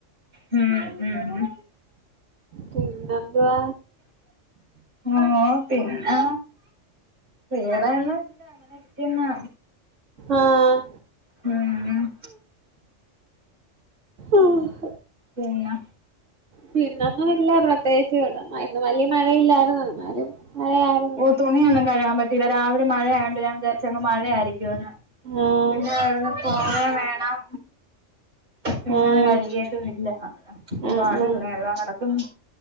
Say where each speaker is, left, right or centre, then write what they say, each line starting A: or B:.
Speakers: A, on the right; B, on the right.
A: ഉം ഉം ഉം
B: പിന്നെ എന്തുവാ
A: ആഹ് പിന്നെ വേറെ ഒന്നുവില്ല അങ്ങനെരിക്കുന്നു
B: ആഹ്
A: ഉം
B: ആഹ്
A: പിന്നെ
B: പിന്ന ഒന്നും ഇല്ല പ്രത്യേകിച്ച് ഇവിടെ ഇന്ന് വലിയ മഴയില്ലായിരുന്നു എന്നാലും മഴയായിരുന്നു
A: ഓ തുണിയൊന്നും കഴുകാൻ പറ്റിയില്ല രാവിലെ മഴയായോണ്ട് ഞാൻ വിചാരിച്ച് അങ് മഴയായിരിക്കും എന്ന്
B: ആഹ്
A: പിന്നെ എവിടെ പോവെ വേണം പിന്നെ
B: ആഹ്
A: അത് കഴുകിയതുമില്ല ഒരുപാട്
B: ആഹ് ആഹ്
A: കഴുകാൻ കെടക്കുന്നു